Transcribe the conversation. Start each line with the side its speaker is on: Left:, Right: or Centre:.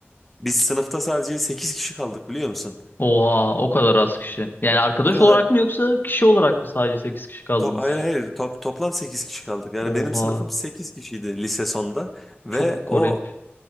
Centre: Biz sınıfta sadece 8 kişi kaldık biliyor musun?
Left: Oha o kadar az kişi. Yani arkadaş
Centre: O kadar
Left: olarak mı yoksa kişi olarak mı sadece 8 kişi kaldınız?
Centre: Top, hayır hayır top, toplam 8 kişi kaldık. Yani
Left: Oha
Centre: benim sınıfım 8 kişiydi lise sonda ve
Left: çok
Centre: o
Left: garip.